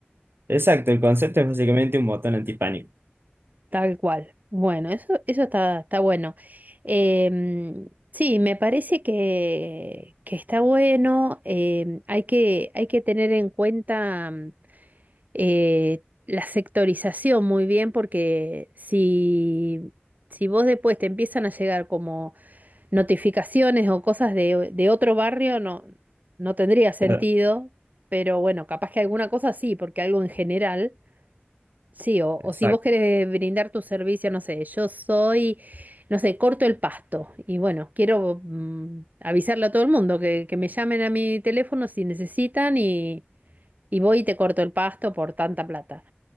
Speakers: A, on the right (about 65°); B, on the right (about 45°).
A: Exacto, el concepto es básicamente un botón antipánico.
B: tal cual. Bueno, eso, eso está, está bueno. Em, sí, me parece que, que está bueno. em, hay que, hay que tener en cuenta. eh, la sectorización muy bien, porque si, si vos después te empiezan a llegar como notificaciones o cosas de, de otro barrio, no, no tendría sentido,
A: Claro,
B: pero bueno, capaz que alguna cosa sí, porque algo en general. Sí, o,
A: exacto.
B: o si vos querés brindar tu servicio, no sé, yo soy, no sé, corto el pasto y bueno, quiero mm, avisarle a todo el mundo que, que me llamen a mi teléfono si necesitan y, y voy y te corto el pasto por tanta plata.